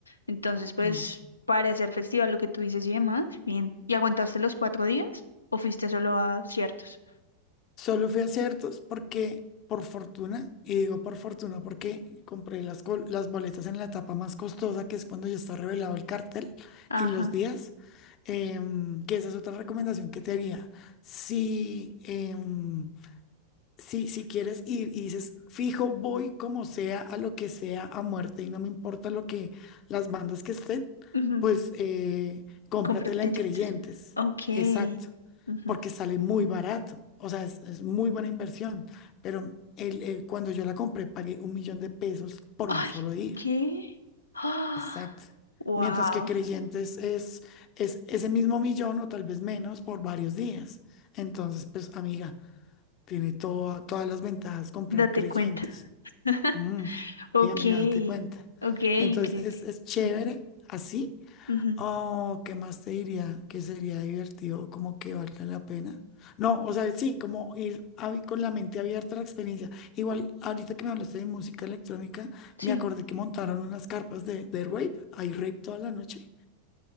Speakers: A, on the left; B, on the left.
A: Entonces, pues,
B: mm.
A: para hacer festival, lo que tú dices y demás, bien. ¿Y aguantaste los cuatro días o fuiste solo a ciertos?
B: Solo fui a ciertos porque, por fortuna, y digo por fortuna porque compré las, col- las boletas en la etapa más costosa, que es cuando ya está revelado el cartel
A: Ajá.
B: y los días, em, que esa es otra recomendación que te haría. Si, em, si, si quieres ir y dices, fijo, voy como sea, a lo que sea, a muerte, y no me importa lo que las bandas que estén,
A: ujú,
B: pues eh, cómpratela
A: Compro creyentes.
B: en Creyentes.
A: Ok.
B: Exacto.
A: ujú.
B: Porque sale muy barato. O sea, es, es muy buena inversión. Pero el, el- cuando yo la compré, pagué un millón de pesos por
A: Ay,
B: un solo día.
A: ¿qué? <gasps> Ah,
B: Exacto.
A: wow.
B: Mientras que Creyentes es, es ese mismo millón o tal vez menos por varios días. Entonces, pues, amiga. Tiene toda- todas las ventajas comprar
A: Date
B: creyentes.
A: cuenta. <laughs>
B: Mm,
A: Ok,
B: sí, amiga, date cuenta.
A: ok, increíble.
B: Entonces, es, es chévere
A: Ujú,
B: así.
A: ujú.
B: Oh, ¿qué más te diría? Que sería divertido, como que valga la pena. No, o sea, sí, como ir abi- con la mente abierta a la experiencia. Igual, ahorita que me hablaste de música electrónica,
A: Sí,
B: me acordé que montaron unas carpas de, de rave. Hay rave toda la noche.